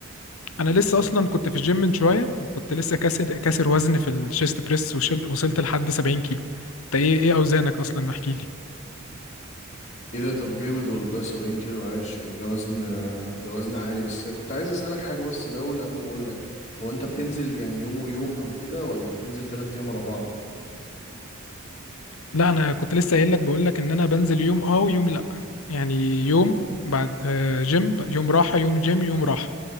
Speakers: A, on the left; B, on the left.
A: انا لسه اصلا كنت في الجيم من شويه وكنت لسه كاسر كاسر وزن في الشيست بريس وشلت وصلت لحد 70 كيلو انت ايه ايه اوزانك اصلا احكي لي
B: ايه ده طب جامد والله 70 كيلو عايش يعني ده وزن ده وزن عالي بس كنت عايز اسألك حاجة بس الأول قبل ما اقول لك هو انت بتنزل يعني يوم ويوم او كده ولا بتنزل تلات ايام ورا بعض
A: لا انا كنت لسه قايل لك بقول لك ان انا بنزل يوم اه ويوم لا يعني يوم بعد آه، جيم يوم راحه يوم جيم يوم راحه